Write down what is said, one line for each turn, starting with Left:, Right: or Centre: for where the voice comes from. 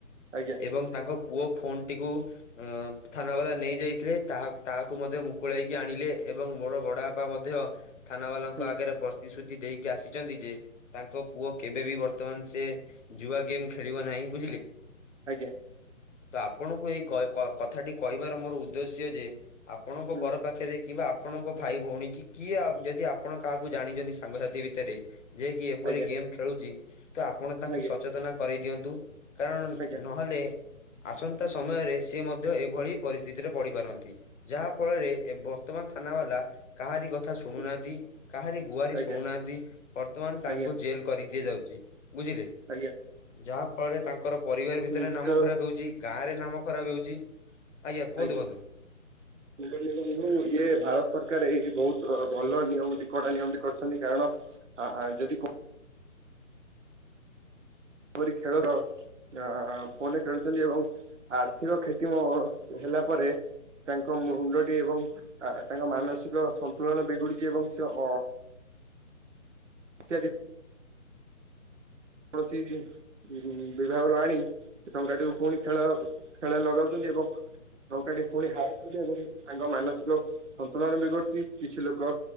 Right: ଆଜ୍ଞା।
Left: ଏବଂ ତାଙ୍କ ପୁଅ ଫୋନଟିକୁ ଅ- ଥାନା ବାଲା ନେଇ ଯାଇଥିଲେ ତାହା ତାହାକୁ ମଧ୍ୟ ମୁକୁଳେଇକି ଆଣିଲେ ଏବଂ ମୋର ବଡା ବାପା ମଧ୍ୟ - ଥାନା ବାଲାଙ୍କ
Right: ହୁଁ
Left: ଆଗରେ ପ୍ରତିଶ୍ରୁତି ଦେଇକି ଆସିଛନ୍ତି ଯେ - ତାଙ୍କ ପୁଅ କେବେ ବିି ବର୍ତ୍ତମାନ ସେ ଜୁଆ ଗେମ୍ ଖେଳିବ ନାହିଁ ବୁଝିଲେ।
Right: ଆଜ୍ଞା।
Left: ତ ଆପଣଙ୍କୁ ଏଇ କଥାଟି କହିବାର ମୋର ଉଦ୍ଦେଶ୍ୟ ଯେ - ଆପଣଙ୍କ
Right: ହୁଁ
Left: ଘର ପାଖରେ କିବା- ଆପଣଙ୍କ ଭାଇ ଭଉଣୀ କି କିଏ ଯଦି ଆପଣ କାହାକୁ ଜାଣିଛନ୍ତି ସାଙ୍ଗସାଥି ଭିତରେ- ଯଏ କି ଏପରି
Right: ଆଜ୍ଞା
Left: ଗେମ୍ ଖେଳୁଛି ତ ଆପଣ ତାଙ୍କୁ
Right: ଆଜ୍ଞା
Left: ସଚେତନ କରେଇ ଦିଅନ୍ତୁ। କାରଣ
Right: ଆଜ୍ଞା
Left: ନହେଲେ ଆସନ୍ତା ସମୟରେ ସିଏ ମଧ୍ୟ ଭଳି ପରିସ୍ଥିତିରେ ପଡି ପାରନ୍ତି ଯାହା ଫଳରେ ବର୍ତ୍ତମାନ ଥାନା ବାଲା କାହାରି କଥା ଶୁଣୁନାହାନ୍ତି
Right: ହୁଁ
Left: କାହାରି ଗୁହାରହାରୀ
Right: ଆଜ୍ଞା
Left: ଶୁଣୁନାହାଁନ୍ତି ବର୍ତ୍ତମାନ ତାଙ୍କୁ
Right: ଆଜ୍ଞା
Left: ଜେଲ କରିଦିଆଯାଉଛି ବୁଝିଲେ।
Right: ଆଜ୍ଞା।
Left: ଯାହା ଫଳରେ ତାଙ୍କର ପରିବାର ଭିତରେ
Right: ହୁଁ
Left: ନାମ
Right: ଯୋ-
Left: ଖରାପ ହେଉଛି। ଗାଁ ରେ ନାମ ଖରାପ ହେଉଛି। କୁହନ୍ତୁ
Right: ଆଜ୍ଞା
Left: ବନ୍ଧୁ।
Right: ମୁଁ କହିଲି ବନ୍ଧୁ ଇଏ ଭାରତ ସରକାର ଏଇ ବହୁତ ଭଲ ନିୟମ କଡା ନିୟମଟି କରିଛନ୍ତି କାରଣ ଆ ଯଦି ଏପରି ଖେଳର ଅ ଫୋନ ଖେଳୁଛନ୍ତି ଏବଂ ଆର୍ଥିକ କ୍ଷତି ମ ହେଲା ପରେ ତାଙ୍କ ମୁଣ୍ଡଟି ଏବଂ ତାଙ୍କ ମାନସିକ ସନ୍ତୁଳନ ବିଗୁଡିଛି ଏବଂ ସେ <unintelligible> ପ୍ରୋସିଜି ଉ ବିଭାଗରୁ ଆଣି ଟଙ୍କାଟିକୁ ପୁଣି ଖେଳ ଖେଳ ଲଗାଉଛନ୍ତି ଏବଂ ଟଙ୍କାଟି ପୁଣି ହାରିଥାଉନ୍ତି ଏବଂ ତାଙ୍କ ମାନସିକ ସନ୍ତୁଳନ ବିଗଡୁଛି କିଛି ଲୋକ